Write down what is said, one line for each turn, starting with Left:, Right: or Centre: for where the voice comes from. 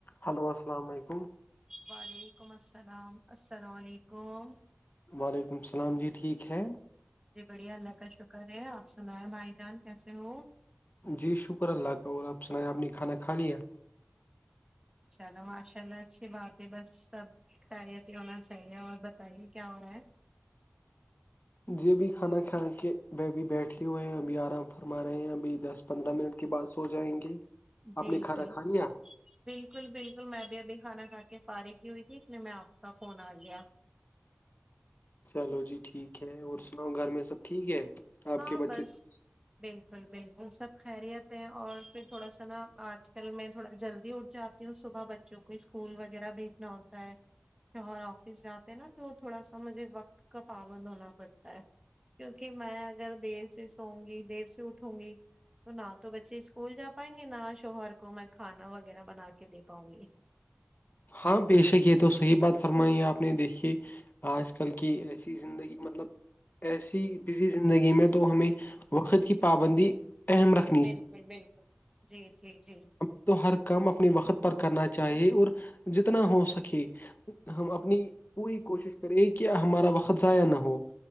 Left: Hello السلام علیکم
Right: وعلیکم السلام السلام علیکم
Left: وعلیکم السلام جی ٹھیک ہے
Right: جی بڑھیا اللہ کا شکر ہے آپ سنایں بھائی جان کیسے ہو
Left: جی شکر اللہ کا اور آپ سنا آپ نے کھانا کھا لیا
Right: چلو ماشاء اللہ اچھی بات ہے بس سب خیریت ہی ہونا چاہیے اور بتائیے کیا ہو رہا ہے
Left: جی ابھی کھانا کھا کے ب ابھی بیٹھے ہوئے ہیں ابھی آرام فرما رہے ہیں ابھی دس پندرہ منٹ کے بعد سو جائیں گے
Right: جی
Left: آپ نے کھانا
Right: جی
Left: کھا لیا
Right: بالکل بالکل میں بھی ابھی کھانا کھا کے فارغی ہوئی تھی اس لیے میں آپ کا فون آ گیا
Left: چلو جی ٹھیک ہے اور سناؤ گھر میں سب ٹھیک ہے آپ
Right: ہاں
Left: کے بچے
Right: بس
Left: سب؟
Right: بالکل بالکل سب خیریت ہے اور پھر تھوڑا سا نا آج کل میں تھوڑا جلدی اٹھ جا تی ہوں صبح بچوں کو اسکول وغیرہ بھیجنا ہوتا ہے شوہر آفس جاتے ہیں نا تو تھوڑا سا مجھے وقت کا پابند ہونا پڑتا ہے کیونکہ میں اگر دیر سے سووںں گی دیر سے اٹھوں گی تو نہ تو بچے اسکول جا پائیں گے نہ شوہر کو میں کھانا وغیرہ بنا کے دے پاؤں گی
Left: ہاں بے شک یہ تو صحیح بات فرمائی آپ نے دیکھیے آج کل کی ایسی زندگی مطلب ایسی بزی زندگی میں تو ہمیں وقت کی پابندی اہم رکھ
Right: بالکل بالکل جی جی جی
Left: ہم تو ہر کام اپنی وقت پر کرنا چاہیے اور جتنا ہو سکے ہم اپنی پوری کوشش کریں کہ ہمارا وقت ضائع نہ ہو